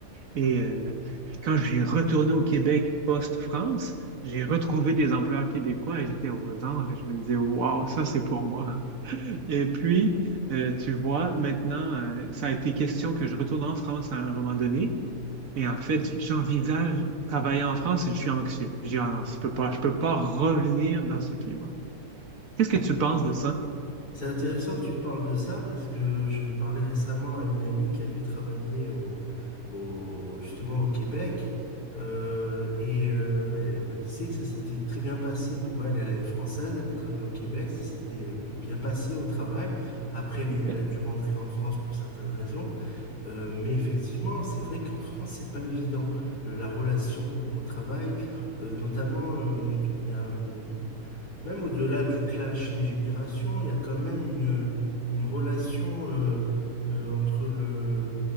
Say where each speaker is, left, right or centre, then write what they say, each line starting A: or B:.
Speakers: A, on the right (about 60°); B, on the left (about 65°).
A: Et euh, quand j'ai retourné au Québec post-France, j'ai retrouvé des employeurs québécois et j'étais aux anges et je me disais, waouh, ça c'est pour moi. Et puis, euh, tu vois, maintenant, euh, ça a été question que je retourne en France à un moment donné. Et en fait, j'envisage travailler en France et je suis anxieux. Je dis, ah non, je peux pas, je peux pas revenir dans ce climat. Qu'est-ce que tu penses de ça?
B: C'est intéressant que tu me parles de ça parce que je parlais récemment à une amie qui avait travaillé au, au- justement au Québec euh, et euh, elle me disait que ça s'était très bien passé pour elle. Elle est française, elle a travaillé au Québec, ça s'était bi- bien passé au travail. Après, elle,
A: Ok.
B: est- elle a dû rentrer en France pour certaines raisons. Euh, mais effectivement, c'est vrai qu'en France, c'est pas évident. Euh, la relation au, au travail, euh, notamment, euh, il y a une- même au-delà du clash des générations, il y a quand même une, une relation euh, euh, entre le,